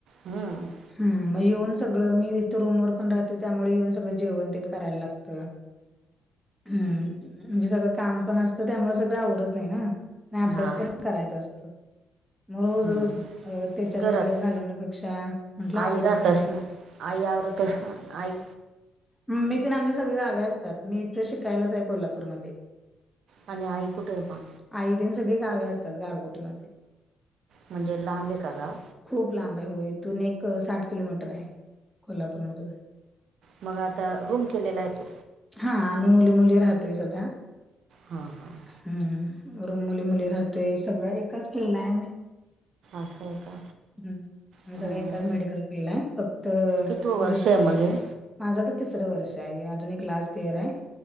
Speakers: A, on the right (about 65°); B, in the centre.
A: हम्म
B: हम, मग येऊन सगळं मी तथं रूम वर पण राहते त्यामुळे येऊन सगळं जेवण ते करायला लागतं. हम्म, म्हणजे सगळं काम पण असत त्यामुळे सगळं आवरत नाही ना आणि अभ्यास
A: हा
B: पण करायचा असतो. मग रोज
A: हम्म
B: रोज त्याच्यातच
A: घरात
B: वेळ घालवण्यापेक्षा म्हटलं आवरून
A: आई राहत
B: तर
A: असणार
B: घेऊया.
A: आई आवरत असणार? आई
B: मी <inaudible> आमची सगळी गावे असतात, मी इथे शिकायलाच आहे कोल्हापूरमध्ये
A: आणि आई कुठे आहे मग?
B: आई तेन सगळी गावी असतात गारगोटीमध्ये.
A: म्हणजे लांबे आहे का गाव?
B: खूप लांब आहे., हो इथून एक साठ किलोमीटर आहे कोल्हापूरमधून
A: मग आता रूम केलेला आहे तो
B: हा आम्ही मुली -मुली राहतोय सगळ्या
A: हा- हा-
B: हम् वर मुली -मुली राहतोय, सगळं एकच फिल्ड ला आहे आम्ही
A: असं आहे का
B: हम्म आम्ही
A: हम्म
B: सगळ्या एकाच मेडिकल फिल्ड ला आहे फक्त तर
A: कितवं वर्ष
B: जे
A: आहे मग हे
B: माझं तर तिसरं वर्ष आहे अजून एक लास्ट इयर आहे.